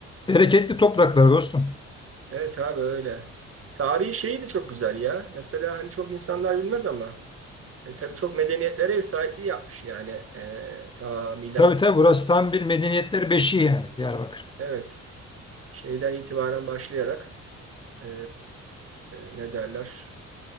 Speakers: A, on the left; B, on the right.
A: Bereketli topraklar dostum.
B: Evet abi öyle. Tarihi şeyi de çok güzel ya. Mesela hani çok insanlar bilmez ama e, tabii çok medeniyetlere ev sahipliği yapmış yani. E, ta milat
A: Tabii tabii burası tam bir medeniyetler beşiği yani Diyarbakır.
B: evet şeyden itibaren başlayarak e, ne derler?